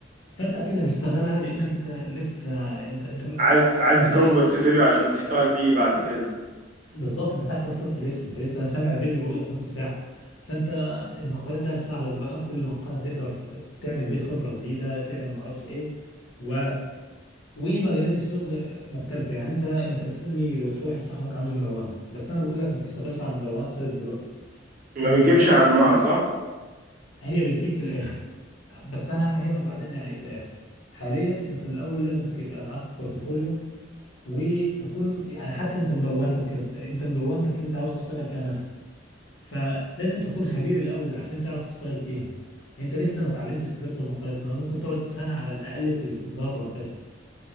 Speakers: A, on the left (about 80°); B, on the right (about 45°).
A: فانت اكيد هتشتغلها لانك انت لسه انت انت
B: عايز عايز
A: انت
B: تكون بورتفوليو عشان تشتغل بيه بعد كده
A: بالظبط انت تحت الصفر لسه انت لسه سامع فيديو بقول لك نص ساعه فانت المقالات دي هتساعدك بقى كل مقال هتقدر تعمل بيه خبره جديده تعمل ما اعرفش ايه و... ومجالات الشغل مختلفه يعني انت انت بتقول لي في واحد صاحبك عنده مدونه بس انا بقول لك ما تشتغلش على مدونات خالص دلوقتي
B: ما
A: المدونات
B: بتجيبش همها صح
A: هي بتجيب في الاخر بس انا هفهمك بعدين يعني ايه في الاخر حاليا انت الاول لازم تبقى معاك بورتفوليو وتكون يعني حتى انت مدونتك انت مدونتك انت عاوز تشتغل فيها مثلا فلازم تكون خبير الاول عشان تعرف تشتغل فيها انت لسه ما اتعلمتش كتابة المقالات انا ممكن تقعد سنة على الاقل تتدرب بس